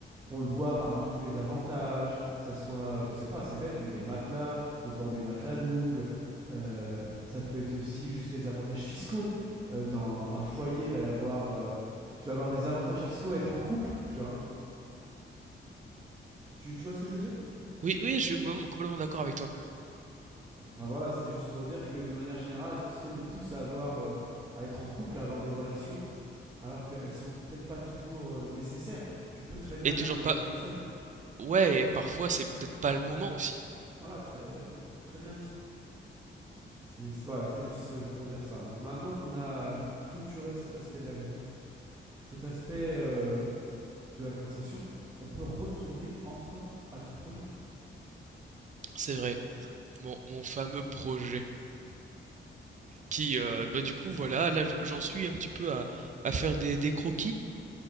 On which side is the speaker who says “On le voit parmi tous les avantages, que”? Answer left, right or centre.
Right